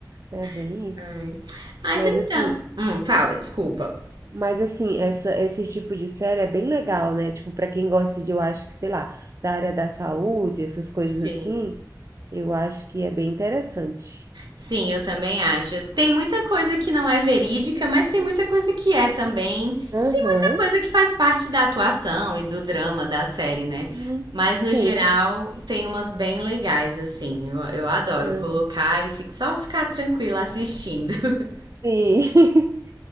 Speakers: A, on the right; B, on the right.
A: É bem
B: <laughs>
A: isso.
B: Ai. Mas
A: Mas
B: então.
A: assim,
B: Hum, fala, desculpa.
A: mas assim, essa, esse tipo de série é bem legal, né? Tipo, para quem gosta de, eu acho que, sei lá, da área da saúde, essas coisas
B: Sim.
A: assim, eu acho que é bem interessante.
B: Sim, eu também acho. Tem muita coisa que não é verídica, mas tem muita coisa que é também.
A: Aham,
B: E tem muita coisa que faz parte da atuação e do drama da série, né?
A: sim,
B: Mas
A: sim,
B: no geral, tem umas bem legais, assim. Eu, eu adoro
A: aham,
B: colocar e fico, só ficar tranquila assistindo. <laughs>
A: sim. <laughs>